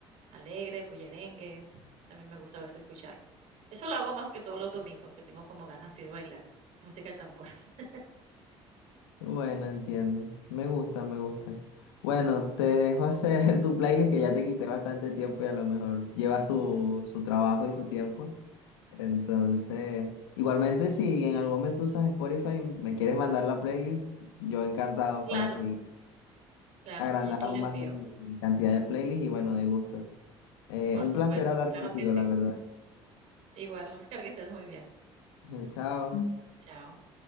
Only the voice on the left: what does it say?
Bueno, entiendo. Me gusta, me gusta. Bueno, te dejo hacer <laughs> tu playlist que ya te quité bastante tiempo y a lo mejor lleva su, su trabajo y su tiempo. Entonces, igualmente si en algún momento usas Spotify, me quieres mandar la playlist, yo encantado
para seguir.
agrandar
aún
más mi mi cantidad de playlists y bueno, de gusto. Eh,
un
placer hablar
contigo,
la verdad.
<laughs> Chao.